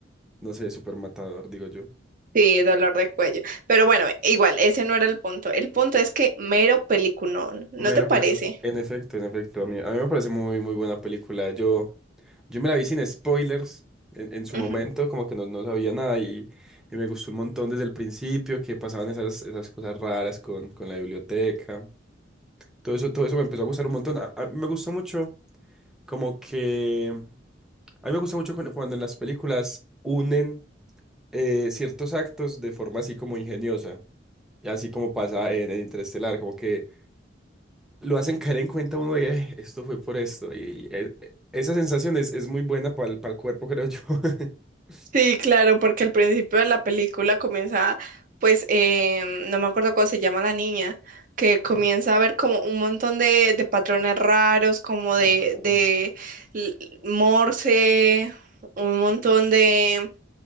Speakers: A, in the centre; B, on the right (about 45°).
A: no sé, súper matador, digo yo.
B: Sí, dolor de cuello. Pero bueno, igual, ese no era el punto. El punto es que mero peliculón, ¿no
A: Mera
B: te parece?
A: película. En efecto, en efecto. A mí, a mí me parece muy, muy buena película. Yo, yo me la vi sin spoilers en, en su
B: Ujú.
A: momento, como que no, no sabía nada y, y me gustó un montón desde el principio, que pasaban esas, esas cosas raras con, con la biblioteca. Todo eso, todo eso me empezó a gustar un montón. A- a- me gusta mucho, como que... A mí me gusta mucho cuando, cuando en las películas unen eh, ciertos actos de forma así como ingeniosa. y Así como pasa en, en Interestelar, como que lo hacen caer en cuenta uno de "Eh, esto fue por esto. Y e- e- esa sensación es, es muy buena para el, cuerpo, creo yo. <laughs>
B: Sí, claro, porque al principio de la película comienza, pues, em, no me acuerdo cómo se llama la niña, que comienza
A: Ujú.
B: a ver como un montón de, de patrones raros, como
A: Ajá.
B: de, de l- Morse, un montón de